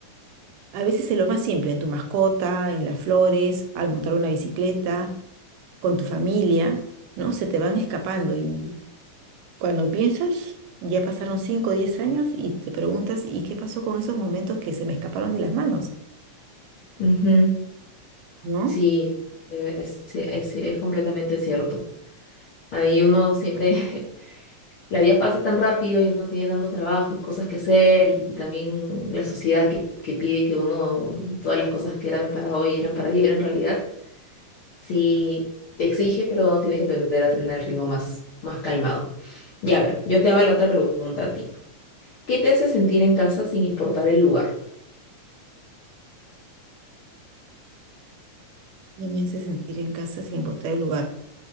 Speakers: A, on the right; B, on the left.
A: A veces es lo más simple, en tu mascota, en las flores, al montar una bicicleta, con tu familia, ¿no? Se te van escapando y Cuando piensas, ya pasaron 5 o 10 años y te preguntas, ¿y qué pasó con esos momentos que se me escaparon de las manos?
B: ujú.
A: ¿No?
B: Sí, eh, es, es- es completamente cierto. Ahí uno siempre, <laughs> la vida pasa tan rápido y no tiene tanto trabajo y cosas que hacer y también la sociedad que, que pide que uno, todas las cosas que eran para hoy eran para ayer en realidad. Sí, te exige, pero tiene que aprender a tener el ritmo más, más calmado. Ya a ver, yo te hago la otra pregunta a ti. ¿Qué te hace sentir en casa sin importar el lugar?
A: Y me hace sentir en casa sin importar el lugar.